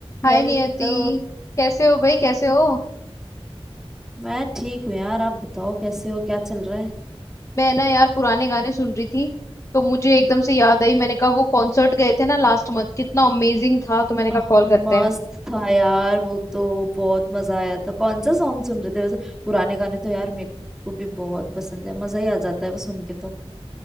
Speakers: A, on the left; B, in the centre.
A: हाय
B: हेलो
A: नियति कैसे हो भाई कैसे हो
B: मैं ठीक हूँ यार आप बताओ कैसे हो क्या चल रहा है
A: मैं ना यार पुराने गाने सुन रही थी तो मुझे एकदम से याद आई मैंने कहा वो कॉन्सर्ट गए थे ना लास्ट मंथ कितना अमेजिंग था तो मैंने कहा
B: अह,
A: कॉल
B: मस्त
A: करते हैं
B: था यार वो तो बहुत मजा आया था कौन सा सॉन्ग सुन रहे थे वैसे पुराने गाने तो यार मेरे को भी बहुत पसंद है मजा ही आ जाता है वो सुन के तो